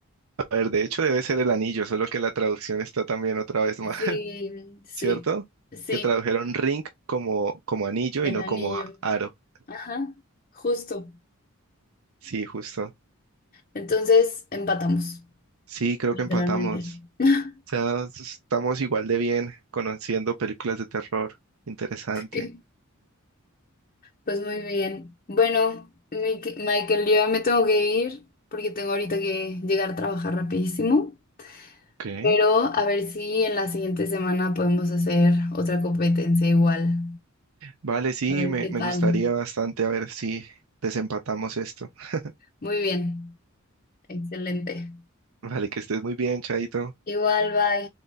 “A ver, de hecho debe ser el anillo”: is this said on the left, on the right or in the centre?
Right